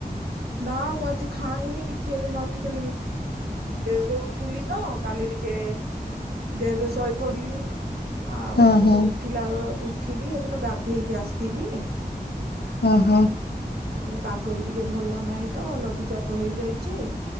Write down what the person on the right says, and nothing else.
ନା ମୁଁ ଆଜି ଖାାଇନି କିଛି ହେଲେ ମୁଁ ଆ ଟିକେ ଡେରି ରେ ଉଠିଲି ତ କାଲି ଟିକ କେ ଡେରିରେ ଶୋଇ ପଡ଼ିଲି। ଆଉ
ଏପଟେ
ଉଠିଲା ବେଳ, ଉଠିଲି ଏବେ ତ ଗାଧେଇକି ଆସିଲି।
ସେପଟେ ପାଗ ବି ଟିକେ ଭଲ ନାହିଁ ତ ଲଘୁଚାପ ହେଇଯାଇଛି।